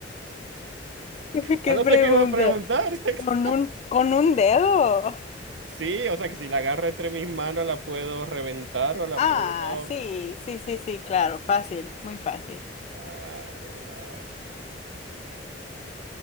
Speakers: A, on the left (about 35°); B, on the right (about 85°).
A: <laughs>
B: Ya
A: ¿Qué
B: no
A: pregunta?
B: sé qué va a preguntar. <laughs>
A: ¿Con un, con un dedo?
B: Sí, o sea que si la agarro entre mis manos, la puedo reventar o la
A: Ah,
B: puedo...
A: sí, sí, sí, sí, claro, fácil, muy fácil.
B: Vale, vale.